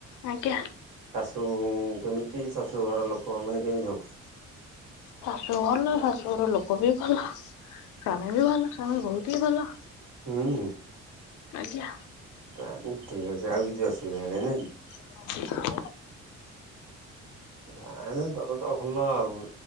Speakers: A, on the left; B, on the right.
A: ଆଜ୍ଞା।
B: ଶାଶୁ କେମିତି ଶାଶୁ ଘର ଲୋକ ମାନେ କେମିତି ସବୁ?
A: ଶାଶୁ ଭଲ ଶାଶୁଘର ଲୋକ ବି ଭଲ। ସ୍ୱାମୀ ବି ଭଲ ସ୍ୱାମୀ ବହୁତ ହିଁ ଭଲ।
B: ହୁଁ।
A: ଆଜ୍ଞା।
B: ତାହେଲେ ଠିକ୍ ଅଛି ଆଉ କିଛି ଅସୁବିଧା ନାହିଁ ନାଇଁ କି।
A: ହ
B: ଯାହେଲେ ତମର ତ ଭଲ ଆଉ